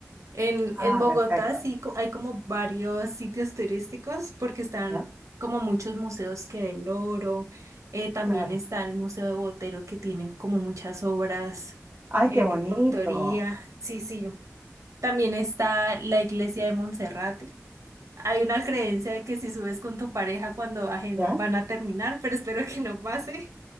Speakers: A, on the right; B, on the right.
A: En,
B: Ah,
A: en Bogotá
B: perfecto.
A: sí co- hay como varios sitios turísticos porque están
B: ¿Ya?
A: como muchos museos que del oro, eh, también
B: Claro.
A: está el Museo de Botero que tienen como muchas obras
B: Ay,
A: eh,
B: qué bonito.
A: de autoría, sí, sí. También está la iglesia de Monserrate. Hay una creencia de que si subes con tu pareja cuando ajen-
B: ¿Ya?
A: van a terminar, pero espero que no pase.